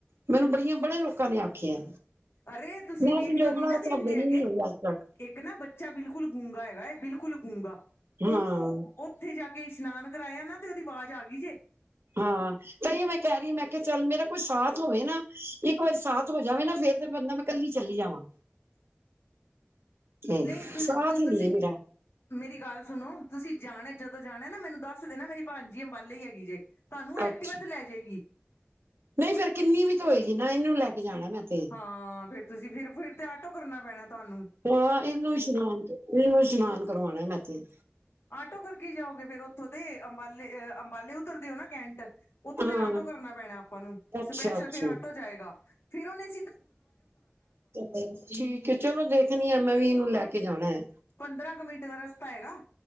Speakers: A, on the right; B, on the left.
A: ਮੈਨੂੰ ਬਹੀਆਂ ਬੜੇ ਲੋਕਾਂ ਨੇ ਆਖਿਆ।
B: ਅਰੇ ਤੁਸੀਂ
A: ਮੈਂ
B: ਵੀਡੀਓ
A: ਪੰਜੋਖੜਾ
B: ਨੀ ਨਾ
A: ਸਾਹਿਬ
B: ਦੇਖਦੇ
A: ਗਈ
B: ਹੈਗੇ।
A: ਨੀ ਹੋਈ ਅੱਜ ਤੱਕ
B: ਇੱਕ ਨਾ ਬੱਚਾ ਬਿਲਕੁਲ ਗੂੰਗਾ ਹੈਗਾ ਹੈ, ਬਿਲਕੁਲ ਗੂੰਗਾ
A: ਹਾਂ।
B: ਉਹਨੂੰ ਉੱਥੇ ਜਾ ਕੇ ਇਸ਼ਨਾਨ ਕਰਾਇਆ ਨਾ ਤੇ ਉਹਦੀ ਆਵਾਜ਼ ਆ ਗਈ ਜੇ,
A: ਹਾਂ, ਤਾਂਹੀ ਮੈਂ ਕਹਿ ਰਹੀ ਐ, ਮੈਂ ਕਿਹਾ ਚੱਲ ਮੇਰਾ ਕੋਈ ਸਾਥ ਹੋਵੇ ਨਾ ਇੱਕ ਵਾਰੀ ਸਾਥ ਹੋ ਜਾਵੇ ਨਾ, ਫੇਰ ਤੇ ਬੰਦਾ ਮੈਂ ਕੱਲੀ ਚੱਲੀ ਜਾਵਾਂ ਤੇ
B: ਨਹੀਂ
A: ਸਾਥ
B: ਤੁ
A: ਹੀ
B: ਤੁਸੀਂ
A: ਨਹੀਂ ਹੈ ਮੇਰਾ।
B: ਮੇਰੀ ਗੱਲ ਸੁਨੋ ਤੁਸੀ ਜਾਣਾ, ਜਦੋ ਜਾਣਾ ਏ ਮੈਨੂੰ ਦੱਸ ਦੇਨਾ ਮੇਰੀ ਭਾਨਜੀ ਅੰਬਾਲੇ ਈ ਹੇਗੀ ਜੇ। ਤੁਹਾਨੂੰ ਐਕਟੀਵਾ
A: ਅੱਛਾ
B: ਤੇ ਲੈ ਜਾਏਗੀ।
A: ਨਹੀਂ ਫ਼ੇਰ ਕਿੰਨੀ ਵੀ ਤਾਂ ਹੋਏਗੀ ਨਾ, ਇਹਨੂੰ ਲੈ ਕੇ ਜਾਣਾ ਮੈਂ ਤੇ
B: ਹਾਂ ਫਿਰ ਤੁਸੀ ਫਿਰ ਫਿਰ ਤੇ ਆਟੋ ਕਰਨਾ ਪੈਣਾ ਤਾਨੂੰ।
A: ਹਾਂ ਏਨੂੰ ਇਸ਼ਨਾਨ ਤੇ, ਏਨੂੰ ਇਸ਼ਨਾਨ ਕਰਵਾਨਾ ਮੈਂ ਤੇ
B: ਆਟੋ ਕਰਕੇ ਜਾਓਗੇ ਫੇਰ ਉੱਥੋਂ ਤੇ ਅੰਬਾਲੇ ਅੰਬਾਲੇ ਉਤਰਦੇ ਹੋ ਨਾ ਕੈਂਟ? ਓਥੋਂ
A: ਹਾਂ
B: ਫੇਰ ਆਟੋ ਕਰਨਾ ਪੈਣਾ ਆਪਾਂ ਨੂੰ
A: ਅੱਛਾ
B: ਸਪੈਸ਼ਲ
A: ਅੱਛਾ
B: ਫੇਰ ਆਟੋ ਜਾਏਗਾ ਫੇਰ ਓਨੇ
A: ਠੀਕ ਐ ਚਲੋ ਦੇਖਨੀ ਆ ਮੈਂ ਵੀ ਇਹਨੂੰ ਲੈ ਕੇ ਜਾਣਾ ਐ।
B: ਪੰਦਰਾਂ ਕੁ ਮਿੰਟ ਦਾ ਰਸਤਾ ਹੈਗਾ